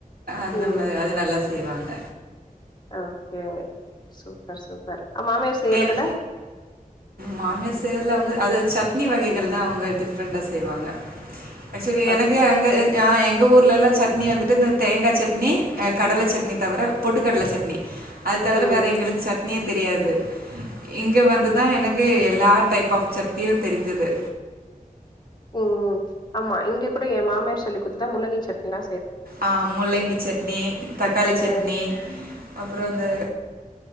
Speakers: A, on the right (about 80°); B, on the left (about 30°).
A: அந்த
B: ம்
A: மாரி அது நல்லா செ செய்வாங்க
B: ஓகே சூப்பர் சூப்பர் உ மாமியார் செய்யறதுல
A: ஏன் மாமியார் செய்றதுல அவங்க அது சட்னி வகைகள் தா அவங்க டிஃப்ரெண்ட்டா செய்வாங்க ஆக்சுவலி எனக்கு
B: ஓகே
A: அங்க அ எங் எங்க ஊர்லல்லா சட்னி வந்துட்டு இந்த தேங்கா சட்னி அ கடலை சட்னி தவிர பொட்டுக்கடலை சட்னி அது தவிர
B: ம்
A: வேற எங்களுக்கு சட்னி தெரியாது இங்க வந்துதா எனக்கு எல்லா டைப் ஆஃப் சட்னியு தெரிஞ்சது
B: உம் ஆமா இங்க கூட என் மாமியார் சொல்லிக் குத் அத்தா முள்ளங்கி சட்னிதா
A: ஆஹ முள்ளங்கி சட்னி தக்காளி
B: அ
A: சட்னி அப்புறோ அந்த.